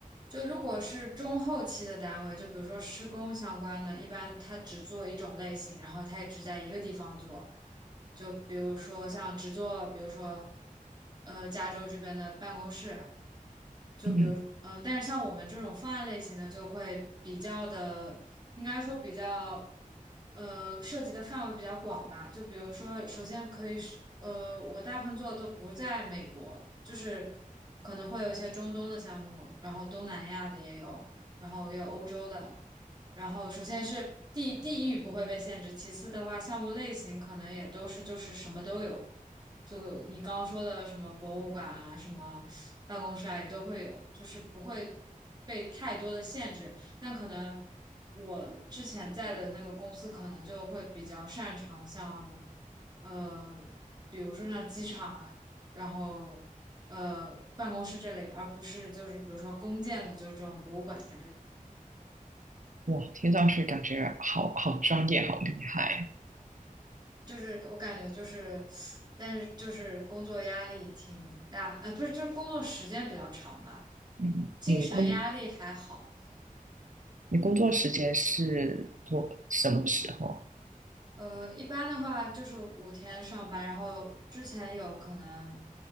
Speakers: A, on the right (about 30°); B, on the right (about 65°).
A: 就如果是中后期的单位，就比如说施工相关的，一般他只做一种类型，然后他也只在一个地方做。就比如说像只做，比如说呃加州这边的办公室，就比如，
B: 嗯。
A: 嗯、呃，但是像我们这种方案类型的，就会比较的，应该说比较，呃，涉及的范围比较广吧。就比如说，首先可以是，呃，我大部分做的都不在美国，就是可能会有一些中东的项目，然后东南亚的也有，然后也有欧洲的。然后首先是地地域不会被限制，其次的话，项目类型可能也都是就是什么都有，就你刚刚说的什么博物馆啊，什么。办公室啊，也都会有，就是不会被太多的限制。但可能我之前在的那个公司，可能就会比较擅长像，呃，比如说像机场啊，然后呃办公室这类，而不是就是比如说公建的，就是这种博物馆之类的。
B: 哇，听上去感觉好好专业，好厉害啊。
A: 就是我感觉就是，但是就是工作压力挺大，呃，不是，就是工作时间比较长吧，
B: 嗯，
A: 精神压力还好。
B: 你工你工作时间是多什么时候？
A: 呃，一般的话就是五天上班，然后之前有可能